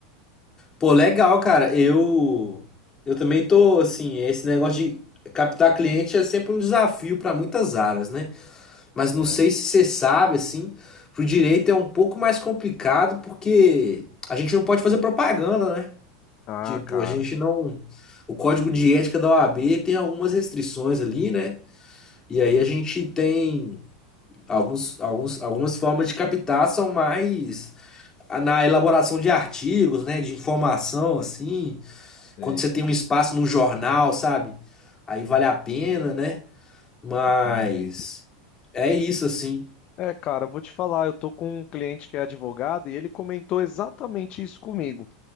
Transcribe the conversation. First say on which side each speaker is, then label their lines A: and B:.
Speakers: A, on the left (about 25°); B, on the left (about 45°).
A: Pô, legal, cara. Eu eu também tô assim, esse negócio de captar cliente é sempre um desafio para muitas áreas, né? Mas
B: É.
A: não sei se você sabe, assim, pro direito é um pouco mais complicado porque a gente não pode fazer propaganda, né?
B: Ah,
A: Tipo,
B: cara.
A: a gente não. O código de ética da OAB tem algumas restrições ali, né? E aí a gente tem alguns, alguns, algumas formas de captar são mais a- na elaboração de artigos, né? De informação, assim.
B: sei.
A: Quando você tem um espaço num jornal, sabe? Aí vale a pena, né? Mas
B: Entendi.
A: é isso, assim.
B: É, cara, eu vou te falar, eu tô com um cliente que é advogado e ele comentou exatamente isso comigo.